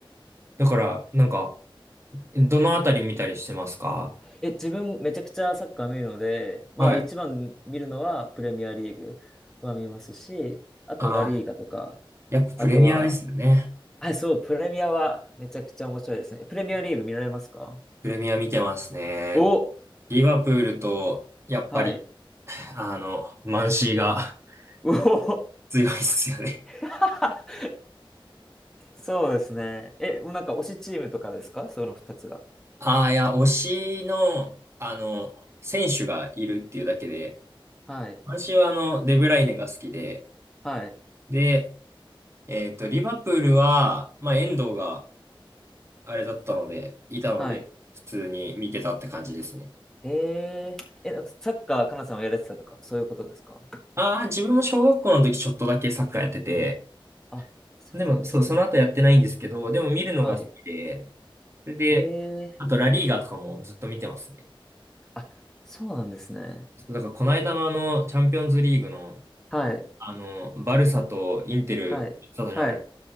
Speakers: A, on the right; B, in the centre.
A: だから、なんか、どのあたり見たりしてますか
B: え、自分めちゃくちゃサッカー見るので、
A: はい。
B: まあ一番見るのはプレミアリーグは見ますし、あとはラリーガとか、
A: ああ、やっぱプレミアですよね。
B: あとは、あ、そう、プレミアはめちゃくちゃ面白いですね。えプレミアリーグ見られますか
A: プレミア見てますね。
B: お、
A: リバプールと、やっぱり、
B: はい。
A: あの、マンシーが
B: おお、
A: <laughs> 強いですよね。
B: <laughs> そうですね。え、もうなんか推しチームとかですかその二つが。
A: ああ、いや、推しの、あの、選手がいるっていうだけで、
B: はい。
A: 私はあの、デブライネが好きで、
B: はい。
A: で、えっと、リバプールは、まあ、遠藤があれだったので、いたので、
B: はい。
A: 普通に見てたって感じですね。
B: へえ。え、なんかサッカー、かなさんはやられてたとか、そういうことですか
A: ああ、自分も小学校の時ちょっとだけサッカーやってて、
B: あ、そうなんですね。
A: でも、そう、その後やってないんですけど、でも見るのが好きで、
B: はい。
A: それで、
B: へえ。
A: あとラリーガとかもずっと見てますね。
B: あ、そうなんですね。
A: だからこの間のあの、チャンピオンズリーグの、
B: はい。
A: あの、バルサとインテル、
B: はい。
A: サとじゃない。
B: はい。